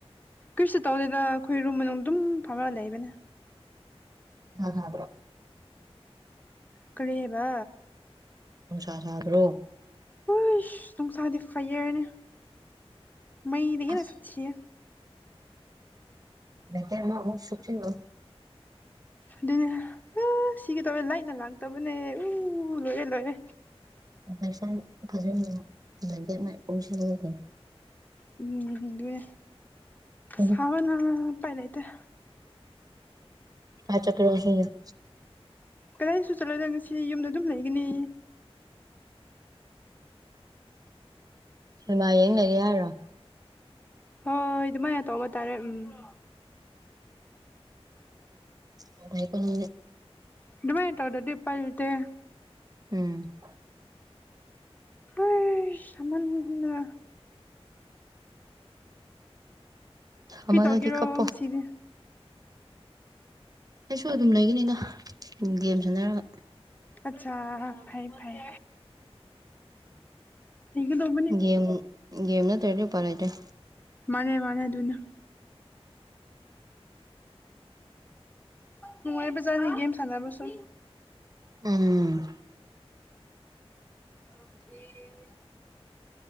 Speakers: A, on the left; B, on the right.
A: ꯀꯩꯁꯨ ꯇꯧꯗꯦꯗ ꯑꯩꯈꯣꯏ ꯔꯨꯝ ꯃꯅꯨꯡ ꯗꯨꯝ ꯐꯝꯃ ꯂꯩꯕꯅꯦ
B: ꯅꯪꯍꯧꯗ꯭ꯔ‌ꯣ
A: ꯀꯔꯤꯕ
B: ꯅꯨꯡꯁꯥ ꯁꯥꯗ꯭ꯔꯣ
A: ꯍꯩꯁ ꯅꯨꯡꯁꯥꯗꯤ ꯐꯩꯌꯥ꯭ꯔꯅꯦ ꯃꯩꯗꯒꯤ
B: ꯑꯁ
A: ꯍ‌ꯦꯟꯅ ꯁꯠꯊꯤꯌ‌ꯦ
B: ꯃꯩꯀ‌ꯦ <unintelligible> ꯁꯨꯛꯆꯤꯜꯂ‌ꯣ
A: ꯑꯗꯨꯅꯦ ꯑꯥ ꯁꯤꯒ‌ꯦ ꯇꯧꯑ‌ꯦ ꯂꯥ꯭ꯏꯠꯅ ꯂꯥꯛꯇꯕꯅꯦ ꯎ ꯂꯣꯏꯔꯦ ꯂꯣꯏꯔꯦ
B: ꯑꯣꯄ꯭ꯔ‌ꯦꯁꯟ ꯐꯖꯅ ꯗꯨꯝ <unintelligible> ꯑꯣꯝꯁꯤꯜꯂꯒꯦ
A: ꯎꯝ ꯗꯩꯅ‌ꯦ
B: ꯎꯝ
A: ꯁꯕꯅ ꯎꯄꯥꯏ ꯂꯩꯇ‌ꯦ
B: ꯐꯥꯏꯠ ꯆꯠꯇ‌ꯣꯏꯔ‌ꯣ ꯉꯁꯤ
A: ꯀꯗꯥꯏꯁꯨ ꯆꯠꯂ‌ꯣꯏꯗ ꯉꯁꯤ ꯌꯨꯝꯗ ꯑꯗꯨꯝ ꯂꯩꯒꯅꯤ
B: ꯁꯤꯃ ꯌꯦꯡ ꯂꯩꯒꯦ ꯍꯥꯏꯔꯣ
A: ꯍꯣꯏ ꯗꯨꯃꯥꯏꯅ ꯇꯧꯕ ꯇꯥꯔꯦ ꯎꯝ
B: ꯅꯨꯡꯉꯥꯏꯀ‌ꯣ ꯃꯤꯗꯤ
A: ꯑꯗꯨꯃꯥꯏꯅ ꯇꯧꯗꯗꯤ ꯄꯥꯏ ꯂꯩꯇ‌ꯦ
B: ꯎꯝ
A: ꯎꯏ ꯁꯃꯟꯕꯅ
B: ꯑꯃꯗꯗꯤ
A: ꯀꯩ ꯇꯧꯒꯦꯔꯣ
B: ꯀꯞꯄꯣ
A: ꯉꯁꯤꯗꯤ
B: ꯑꯩꯁꯨ ꯑꯗꯨꯝ ꯂꯩꯒꯅꯤꯗ ꯒꯦꯝ ꯁꯥꯟꯅꯔꯒ
A: ꯑꯠꯁꯥ ꯐꯩ ꯐꯩ ꯂꯩꯒꯗꯧꯕꯅꯤ
B: ꯒꯦꯝ ꯒꯦꯝ ꯅꯠꯇ꯭ꯔꯥꯗꯤ ꯎꯄꯥꯏ ꯂꯩꯇ‌ꯦ
A: ꯃꯥꯅꯦ ꯃꯥꯅꯦ ꯗꯨꯅ‌ꯦ ꯅꯨꯡꯉꯥꯏꯕ ꯖꯥꯠꯅꯤ ꯒꯦꯝ ꯁꯥꯟꯅꯕꯁꯨ
B: ꯎꯝ
A: ꯍꯥꯎꯇ‌ꯦ